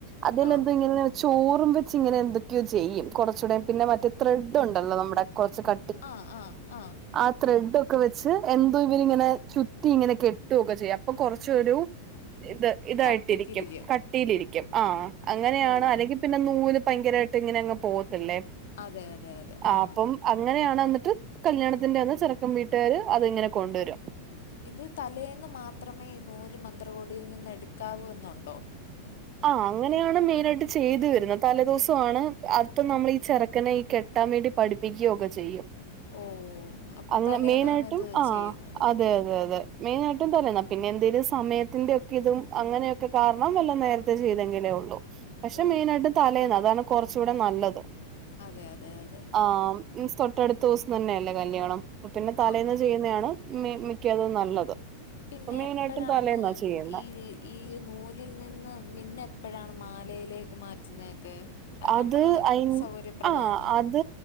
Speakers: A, on the right; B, on the left.
A: അതിൽ
B: ആ
A: എന്താ ഇങ്ങനെ തൂറും വെച്ച് ഇങ്ങനെ എന്തൊക്കെയോ ചെയ്യും. കൊറച്ചൂടെ പിന്നെ മറ്റെ ത്രെഡ് ഉണ്ടല്ലോ? നമ്മുടെ കൊർച്ച് ക
B: ആഹ് ആഹ് ആഹ്
A: ആ ത്രെഡ് ഒക്കെ വെച്ച് എന്തോ ഇവെര് ഇങ്ങനെ ചുറ്റി ഇങ്ങനെ കെ ട്ടു ഒക്കെ ചെയ്യും അപ്പ കൊറച്ചൊരു ഇത് ഇതായിട്ട്
B: കട്ടിക്കിരിക്കും
A: ഇരിക്കും കട്ടിയിൽ ഇരിക്കും. ആഹ് അങ്ങനെയാണ്
B: ഓ
A: അല്ലെങ്കി പിന്നെ നൂല് ഭയങ്കരായിട്ട് ഇങ്ങനെ അങ്ങ് പോവത്ത് ഇല്ലെ
B: അതെ അതെ അതെ
A: ആഹ്
B: ആ
A: അപ്പം അങ്ങനെയാണ് എന്നിട്ട് കല്യാണത്തിന്റെ അന്ന് ചെറ്ക്കെൻ വീട്ട്കാര് അത് ഇങ്ങനെ കൊണ്ട് വെരും.
B: ഇത് തലേന്ന് മാത്രമേ ഈ നൂല് മന്ത്രകോടിയിൽ നിന്ന് എട്ക്കാവൂ എന്നുണ്ടോ?
A: ആഹ അങ്ങനെയാണ് മെയിനായിട്ട് ആയിട്ട് ചെയ്ത് വെര്ന്നെത്. തലെ ദുവ്സാണ് അപ്പം നമ്മൾ ഈ ചര ക്കനെ ഈ കെട്ടാം വേണ്ടി പഠിപ്പിക്കൊക്കെ ചെയ്യും
B: ഓ അപ്പം
A: അങ്ങെൻ
B: തലേന്നാണ്
A: മെയിനായ്ട്ടും
B: ഇത്
A: ആഹ്
B: ചെയ്യുന്നത്
A: അതെ അതെ അതെ മെയിനായിട്ടും തരണം. പിന്നെ എന്തെലും സമയത്തിന്റെ ഒക്കെ ഇതും അങ്ങനെയൊക്കെ കാർണം വല്ല നേര് ത്തെ ചെയ്തെങ്കിലെ ഒള്ളു. പക്ഷെ,
B: ഓ
A: മെയിനായിട്ട് തലേന്ന് അതാണ് കൊർച്ചുടെ നല്ലത്.
B: അതെ അതെ അതെ
A: ആഹ് മീൻസ് തൊട്ടടുത്ത ദുവ്സം തന്നെയല്ലെ കല്യാണം അപ്പ പിന്നെ തലേന്ന്
B: ആ
A: ചെയ്യുന്നെയാണ് മി മിക്കതും നല്ലത്
B: പിന്നെ
A: ഇപ്പം മെയ്നായിട്ടും
B: എപ്പോഴാണ്
A: തലേന്നാ ചെയ്യുന്നെ
B: ഈ ഈ നൂലിൽ നിന്ന് മിന്ന് എപ്പഴാണ് മാലയിലെക്ക് മാറ്റുന്നെ ഒക്കെ അഹ്
A: അത്
B: നമ്മടെ
A: അയി
B: സൗകര്യ പ്രദാവാണോ?
A: ആ അത്